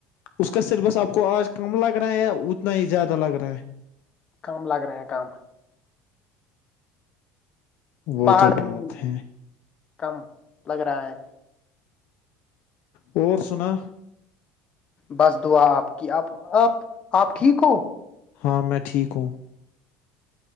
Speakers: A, on the left (about 55°); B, on the left (about 25°).
A: اس کا سلبس آپ کو آج کم لگ رہا ہے یا اتنا ہی زیادہ لگ رہا ہے
B: کام لگ رہے ہیں کام
A: وہ
B: پہاڑ
A: تو
B: نہیں
A: بات
B: مل رہا
A: ہے
B: کم لگ رہا ہے
A: اور سنا
B: بس دعا آپ کی آپ آپ آپ ٹھیک ہو
A: ہاں میں ٹھیک ہوں